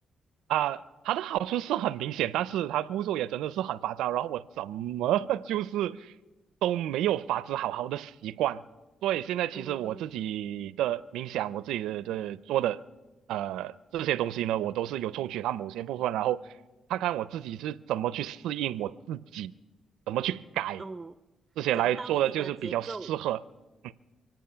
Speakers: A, on the right; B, on the right.
A: 啊、它的好处是很明显，但是它步骤也真的是很繁杂，然后我怎么 <laughs> 就是都没有法子好好的习惯。所以现在其实我自己的冥想，
B: 嗯，
A: 我自己的的做的呃这些东西呢，我都是有抽取它某些部分，然后看看我自己是怎么去适应我自己。怎么去改
B: 哦，
A: 这些来做的，
B: 找到自己的节奏，
A: 就是比较适合，嗯